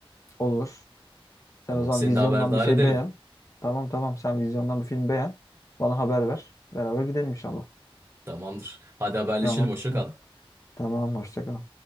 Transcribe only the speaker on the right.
Tamam
seni
de haberdar
ederim.
Tamamdır. Hadi haberleşelim
hoşça
kal.